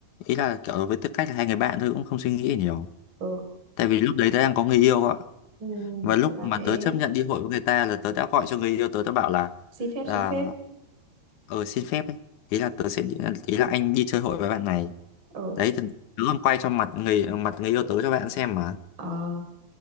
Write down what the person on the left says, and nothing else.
ý là kiểu với tư cách là hai người bạn thôi cũng không suy nghĩ nhiều
tại vì lúc đấy tớ đang có người yêu ạ
và lúc
mà
tớ chấp nhận đi hội với người ta là tớ đã gọi cho người yêu tớ tớ bảo là
à,
ờ xin phép ấy ý là tớ sẽ đi- ý là anh đi chơi hội với bạn này
đấy thì tớ còn quay cho mặt người mặt người yêu tớ cho bạn xem mà